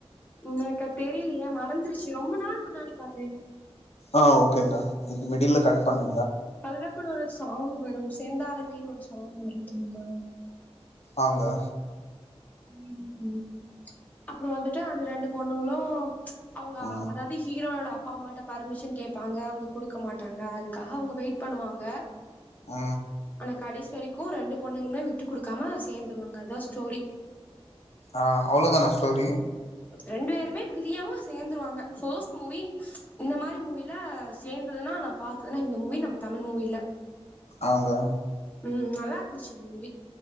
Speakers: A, on the left; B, on the left.
A: ம் கா தெரியலையே மறந்துருச்சு ரொம்ப நாள் முன்னாடி பார்த்தேன்
B: ஆ ஓகேங்கா இது மிடில்ல கட் பண்ணு
A: அதுல கூட ஒரு சாங் வரும் செந்தாளமேனு ஒரு சாங் வரும் தெரியுமா
B: ஆங்க
A: ம் ம் அப்புறம் வந்துட்டு அந்த ரெண்டு பொண்ணுங்களும் அவங்க
B: ம்
A: அதாவது ஹீரோயோட அப் அப்பாமாட்ட பர்மிஷன் கேப்பாங்க அவங்க குடுக்க மாட்டாங்க அதுக்காக அவங்க வெயிட் பண்ணுவாங்க
B: ஆ
A: கடேஸ் வரைக்கு ரெண்டு பொண்ணுங்குமே விட்டு குடுக்காம சேந்துருவாங்க அதா ஸ்டோரி
B: ஆ அவ்ளோதானா ஸ்டோரி
A: ரெண்டு பேருமே பிரியாம சேர்ந்துருவாங்க <unintelligible> மூவி இந்த மாதிரி மூவி இல்ல சேர்ந்துதுனா பாத்ததுனா இந்த மூவி நம்ம தமிழ் மூவில
B: ஆங்க
A: உ நல்லா இருந்துச்சு அந்த மூவி